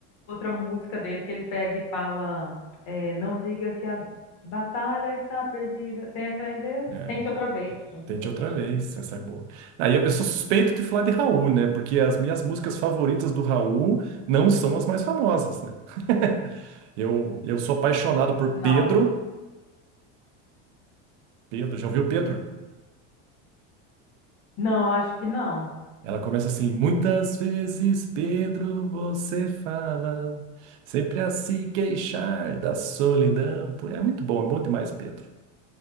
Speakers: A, on the left (about 60°); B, on the right (about 80°).
A: outra música dele que ele pega e fala, é, não diga que a batalha está perdida. Tenha fé em Deus.
B: né?
A: Tente outra vez, tente
B: Tente
A: outra
B: outra
A: vez.
B: vez, essa é boa. Ah, e eu, eu sou suspeito de falar de Raul, né? Porque as minhas músicas favoritas do Raul não são as mais famosas, né? <laughs> Eu, eu sou apaixonado por
A: Não,
B: Pedro. Pedro, já ouviu Pedro?
A: não, acho que não.
B: Ela começa assim: Muitas vezes, Pedro, você fala, sempre a se queixar da solidão. Pô, É muito bom, é bom demais, Pedro.